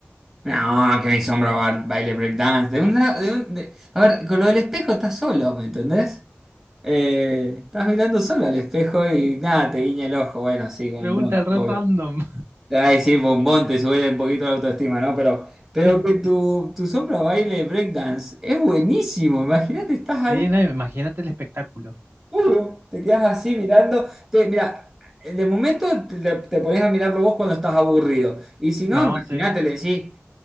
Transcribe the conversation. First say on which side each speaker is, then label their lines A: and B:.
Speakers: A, on the right; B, on the right.
A: No, que mi sombra un bra- baile breakdance. De una, de un, de- A ver, con lo del espejo estás solo, ¿me entendés? Eh, estás mirando solo al espejo y nada, te guiña el ojo. Bueno, sí, bombón,
B: Pregunta re
A: obvio.
B: random.
A: Te va a decir bombón, te sube un poquito la autoestima, ¿no? Pero, pero
B: <laughs>
A: que tu, tu sombra baile breakdance es buenísimo. Imagínate, estás
B: Sí,
A: ahí,
B: no, imagínate el espectáculo.
A: puro, te quedas así mirando. Te, mira, de momento te, te pones a mirarlo vos cuando estás aburrido. Y si no,
B: No,
A: imagínate,
B: sí.
A: le decís.